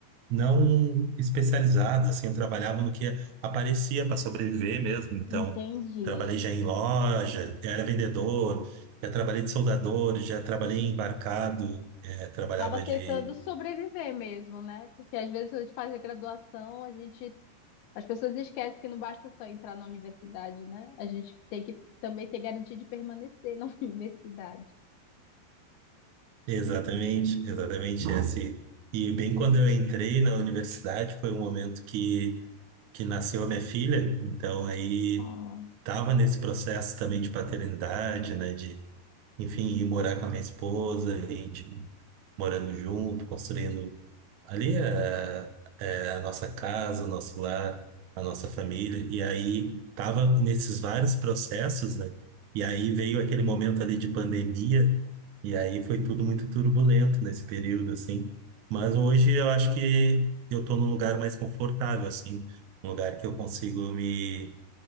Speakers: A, on the right; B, on the left.
A: não especializadas assim, eu trabalhava no que aparecia para sobreviver mesmo, então
B: entendi.
A: trabalhei já em loja, era vendedor, já trabalhei de soldador, já trabalhei em embarcado, eh, trabalhava
B: Tava tentando
A: de...
B: sobreviver mesmo, né? Porque às vezes quando a gente faz a graduação, a gente, as pessoas esquecem que não basta só entrar na universidade, né? A gente tem que também ter garantia de permanecer na <laughs> universidade.
A: Exatamente, exatamente esse. E bem quando eu entrei na universidade, foi um momento que, que nasceu a minha filha, então aí
B: Oh,
A: tava nesse processo também de paternidade, né, de, enfim, ir morar com a minha esposa, a gente morando junto, construindo ali é, é a nossa casa, o nosso lar, a nossa família. E aí tava nesses vários processos, né? E aí veio aquele momento ali de pandemia, e aí foi tudo muito turbulento nesse período, assim. Mas hoje eu acho que eu tô num lugar mais confortável, assim, um lugar que eu consigo me